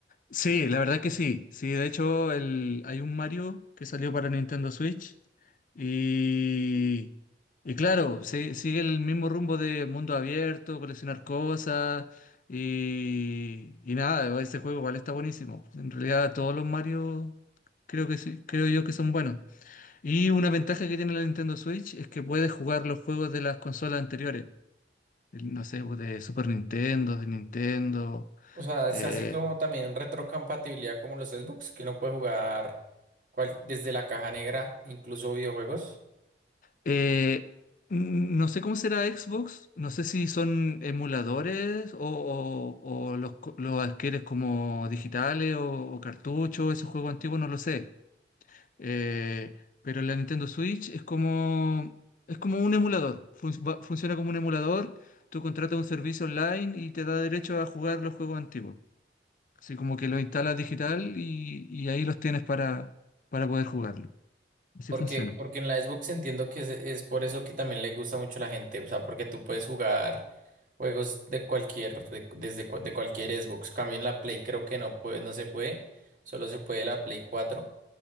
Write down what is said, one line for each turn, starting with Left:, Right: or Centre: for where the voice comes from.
Left: Sí, la verdad que sí. Sí, de hecho el, hay un Mario que salió para Nintendo Switch y, y claro, sí- sigue el mismo rumbo de mundo abierto, coleccionar cosas y, y nada, ese juego igual está buenísimo. En realidad todos los Mario creo que sí, creo yo que son buenos. Y una ventaja que tiene la Nintendo Switch es que puedes jugar los juegos de las consolas anteriores. El- No sé, pues, de Super Nintendo, de Nintendo.
Right: O sea,
Left: eh,
Right: es así como también retrocompatibilidad como los Xbox, que uno puede jugar cual- desde la caja negra, incluso videojuegos.
Left: Eh, no sé cómo será Xbox, no sé si son emuladores o, o- o los, co- los adquieres como digitales o, o cartuchos, esos juegos antiguos, no lo sé. Eh, pero la Nintendo Switch es como, es como un emulador, fun- va- funciona como un emulador, tú contratas un servicio online y te da derecho a jugar los juegos antiguos. Así como que lo instalas digital y, y ahí los tienes para, para poder jugarlo. Así
Right: Porque,
Left: funciona.
Right: porque en la Xbox entiendo que es, es por eso que también le gusta mucho a la gente. O sea, porque tú puedes jugar juegos de cualquier, de- desde cua- de cualquier Xbox. Cambio en la Play creo que no puede, no se puede. Solo se puede la Play 4.